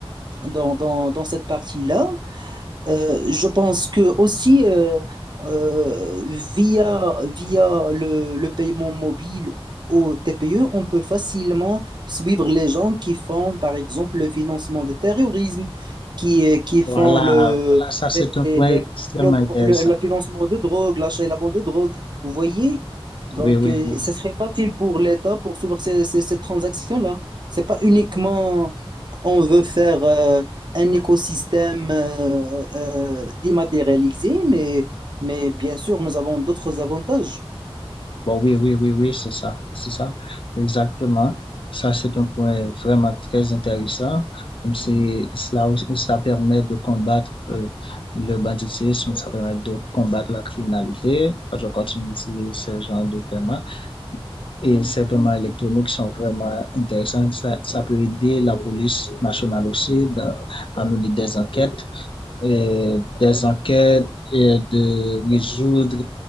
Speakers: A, on the right; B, on the left.
A: dans, dans, dans cette partie-là. Euh, je pense que aussi euh, euh, via, via le, le paiement mobile au TPE, on peut facilement suivre les gens qui font, par exemple, le financement du terrorisme, qui, qui font
B: Voilà,
A: le,
B: voilà, ça c'est
A: les-
B: un
A: les-
B: point
A: les-
B: extrêmement
A: le,
B: intéressant.
A: le- le financement de drogue, l'achat et la vente de drogue. Vous voyez? Donc,
B: Oui, oui,
A: euh,
B: oui.
A: ce serait facile pour l'État pour suivre ces, ces, ces transactions-là. C'est pas uniquement on veut faire euh, un écosystème euh, euh, dématérialisé, mais, mais bien sûr, nous avons d'autres avantages.
B: Bon, oui, oui, oui, oui, c'est ça, c'est ça, exactement. Ça c'est un point vraiment très intéressant. Comme c'est cela, cela permet de combattre euh, le banditisme, ça permet de combattre la criminalité. Je continue ici ce genre de thème. Et ces paiements électroniques sont vraiment intéressants. Ça, ça peut aider la police nationale aussi dans- à mener des enquêtes, et des enquêtes et de résoudre